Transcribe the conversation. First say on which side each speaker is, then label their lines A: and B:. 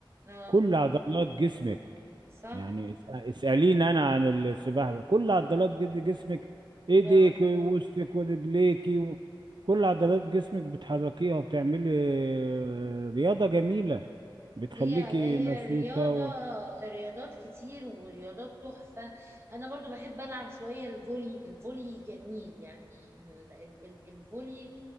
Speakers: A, on the right; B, on the right.
A: اه
B: كل عضلات جسمك
A: صح
B: يعني اس- اسأليني أنا عن السباحة بقى. كل عضلات جد- جسمك إيديك
A: اه
B: ووسطك ورجليكي و... كل عضلات جسمك بتحركيها وبتعملي آه، رياضة جميلة بتخليكي
A: هي هي
B: نشيطة
A: رياضة
B: و...
A: رياضات كتير ورياضات تحفة أنا برضو بحب ألعب شوية الفولي الفولي جميل يعني ال ال ال الفولي